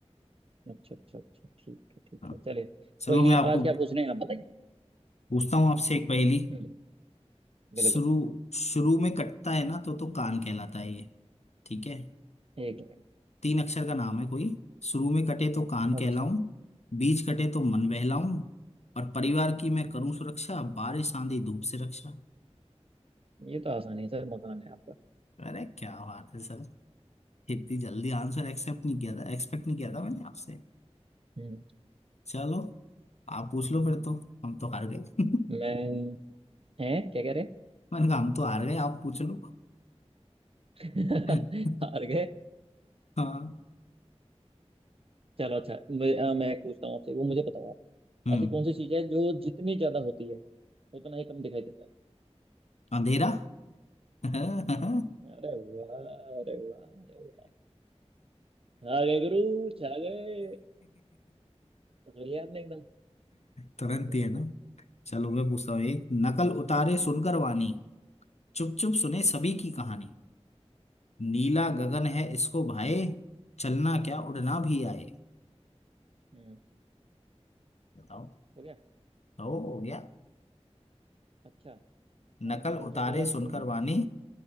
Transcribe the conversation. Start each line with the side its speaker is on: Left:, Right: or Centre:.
Right: अच्छा अच्छा अच्छा ठीक है ठीक
Left: हाँ।
Right: है चलिए
Left: चलो
Right: कोई नहीं
Left: मैं आपको
Right: आज क्या पूछने हैं आप बताइए
Left: पूछता हूँ आपसे एक पहेली
Right: हम्म बिल्कुल
Left: शुरू शुरू में कटता है ना तो तो कान कहलाता है ये ठीक है
Right: एक मिनट
Left: तीन अक्षर का नाम है कोई शुरू में कटे तो कान कहलाऊं
Right: अच्छा
Left: बीच कटे तो मन बहलाऊं और परिवार की मैं करूं सुरक्षा बारिश आंधी धूप से रक्षा
Right: ये तो आसान है सर मकान है आपका
Left: अरे क्या बात है सर इतनी जल्दी आंसर एक्सेप्ट नहीं किया था एक्सपेक्ट नहीं किया था मैंने आपसे
Right: हम्म
Left: चलो आप पूछ लो फिर तो हम तो हार गए <laughs>
Right: मैं है क्या कह रहे
Left: मैंने कहा हम तो हार गए आप पूछ लो
Right: <laughs>
Left: <laughs>
Right: हार गए
Left: हाँ
Right: चलो अच्छा मैं, अ, मैं एक पूछता हूँ आपसे वो मुझे बताओ आप
Left: हम्म
Right: ऐसी कौन सी चीज है जो जितनी ज्यादा होती है उतना ही कम दिखाई देता है
Left: अंधेरा <laughs>
Right: अरे वाह अरे वाह अरे वाह आ गए गुरु छा गए पकड़ लिया आपने एकदम
Left: तुरंत
Right: बहुत
Left: ही है ना
Right: बढ़िया
Left: चलो मैं पूछता हूँ
Right: हम्म,
Left: एक नकल उतारे सुनकर वाणी चुप चुप सुने सभी की कहानी
Right: ठीक
Left: नीला
Right: ठीक है
Left: गगन है इसको भाए चलना क्या उड़ना
Right: हम्म
Left: भी आए
Right: हम्म
Left: बताओ
Right: हो गया
Left: तो हो गया
Right: अच्छा अ,
Left: नकल
Right: क्या
Left: उतारे
Right: बोला
Left: सुनकर
Right: शुरू में
Left: वाणी